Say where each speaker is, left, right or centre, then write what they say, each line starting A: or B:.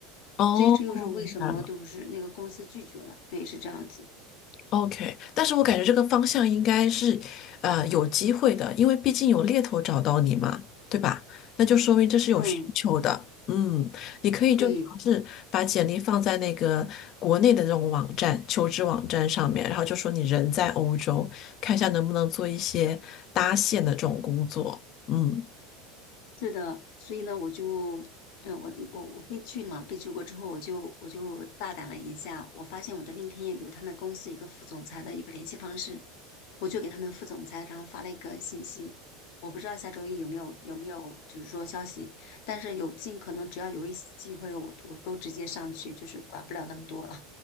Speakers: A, on the left; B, on the left.
A: 哦，
B: 所以这又是为什么就是那个公司拒绝了。
A: 明白了。
B: 对，是这样子。
A: OK，但是我感觉这个方向应该是，呃，有机会的，因为毕竟有猎头找到你嘛，对吧？那就说明这是有需求的。
B: 嗯，
A: 嗯，你可以就尝试把简历放在那个国内的这种网站、
B: 对。
A: 求职网站上面，然后就说你人在欧洲，看一下能不能做一些搭线的这种工作。嗯。
B: 是的，所以呢，我就，嗯，我我我被拒了嘛，被拒过之后，我就我就大胆了一下，我发现我的 LinkedIn 有他们公司一个副总裁的一个联系方式，我就给他们副总裁，然后发了一个信息，我不知道下周一有没有有没有就是说消息，但是有尽可能只要有一丝机会，我我都直接上去，就是管不了那么多了。